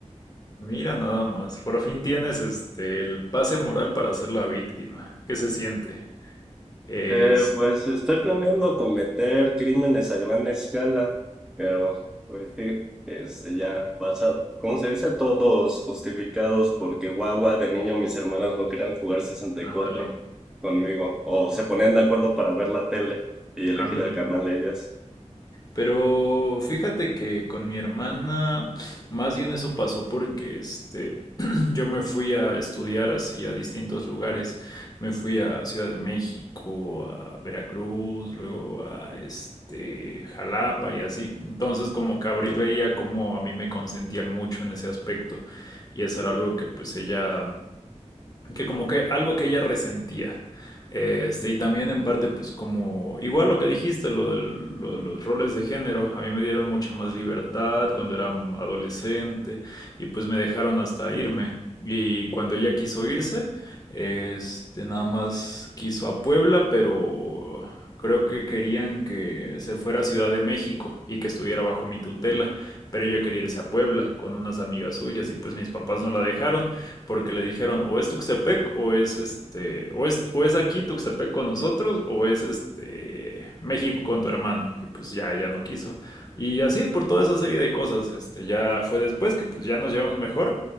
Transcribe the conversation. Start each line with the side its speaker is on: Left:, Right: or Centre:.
Left: Mira, nada más. Por fin tienes este el pase moral para ser la víctima. ¿Qué se siente? Es,
Centre: Eh, pues estoy planeando cometer crímenes a gran escala, pero pues sí, este, ya basa, ¿cómo se dice? Todos justificados porque guagua de niño mis hermanas no querían jugar 64
Left: ándale.
Centre: conmigo, o se ponían de acuerdo para ver la tele y elegir
Left: Ándale.
Centre: el canal ellas.
Left: Pero fíjate que con mi hermana, más bien eso pasó porque este, <clears throat> yo me fui a estudiar así a distintos lugares. Me fui a Ciudad de México, a Veracruz, luego a este, Jalapa y así. Entonces, como que Abril veía como a mí me consentían mucho en ese aspecto. Y eso era algo que pues ella que como que algo que ella resentía. Este, y también en parte, pues como, igual lo que dijiste, lo de, lo de los roles de género, a mí me dieron mucha más libertad cuando era adolescente y pues me dejaron hasta irme. Y cuando ella quiso irse, este, nada más quiso a Puebla, pero Creo que querían que se fuera a Ciudad de México y que estuviera bajo mi tutela, pero ella quería irse a Puebla con unas amigas suyas y pues mis papás no la dejaron porque le dijeron o es Tuxtepec o es este o es, o es aquí Tuxtepec con nosotros o es este México con tu hermano y pues ya ella no quiso y así por toda esa serie de cosas este ya fue después que pues ya nos llevamos mejor